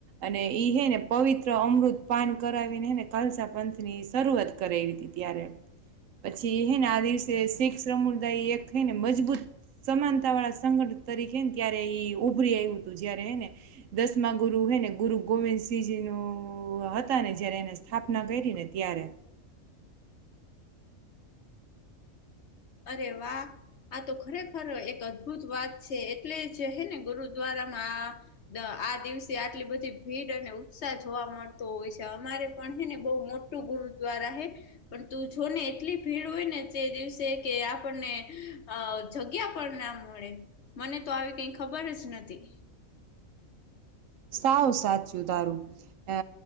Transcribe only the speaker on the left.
અરે વાહ આ તો ખરેખર એક અદ્ભુત વાત છે એટલે જ હે ને ગુરુદ્વારા આ દિવસે આટલી બધી ભીડ અને ઉત્સાહ જોવા મળતો હોય છે અમારે પણ હે ને બહુ મોટું ગુરુદ્વારા હે, પણ તું જો ને એટલી ભીડ હોય ને જે દિવસે કે આપણને, જગ્યા પણ ના મળે, મને તો આવી કઈ ખબર જ નથી.